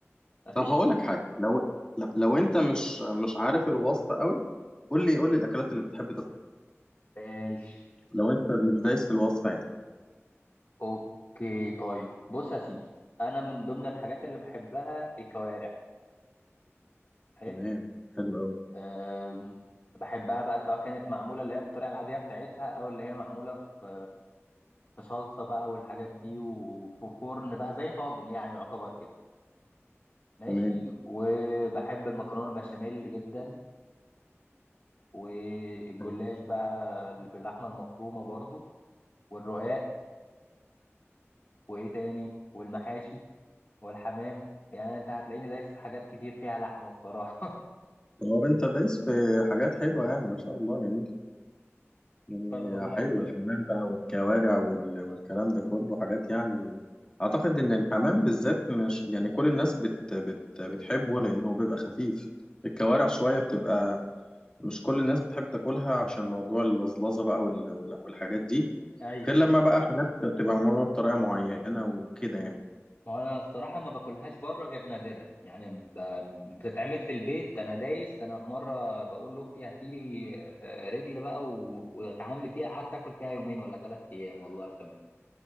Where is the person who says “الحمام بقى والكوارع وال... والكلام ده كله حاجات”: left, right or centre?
Left